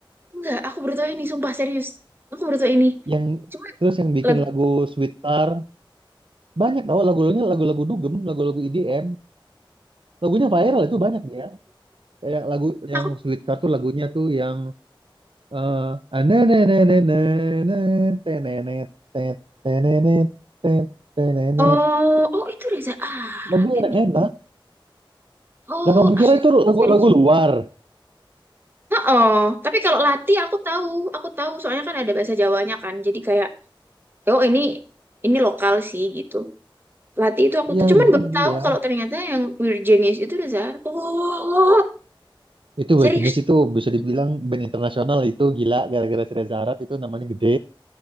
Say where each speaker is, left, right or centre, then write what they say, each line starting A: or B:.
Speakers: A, on the right; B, on the right.
A: Enggak, aku baru tahu ini, sumpah serius. Aku baru tahu ini.
B: yang
A: Cuma
B: terus yang bikin
A: lagu
B: lagu Sweet Tar banyak tahu lagu-lagunya lagu-lagu dugem lagu-lagu EDM lagunya viral itu banyak dia kayak lagu
A: Oh,
B: yang Sweet Card tuh lagunya tuh yang eh anenenenenenen, tenenet, tet, tenenet, tet, tenenet.
A: Oh, oh itu Reza Arab
B: lebih
A: yang
B: enak
A: bikin.
B: enak
A: Oh,
B: dan kamu pikir
A: asli.
B: itu lagu-lagu
A: Serius sih.
B: luar
A: Oh, tapi kalau Lati aku tahu, aku tahu soalnya kan ada bahasa Jawanya kan. Jadi kayak oh ini ini lokal sih gitu. Lati itu aku
B: Iya,
A: tuh
B: yang
A: cuman
B: bikin
A: baru tahu
B: dia
A: kalau ternyata yang Weird Genius itu Reza Arab. Oh, oh,
B: itu
A: serius.
B: band jenis itu bisa dibilang band internasional itu gila gara-gara si Reza Arab itu namanya gede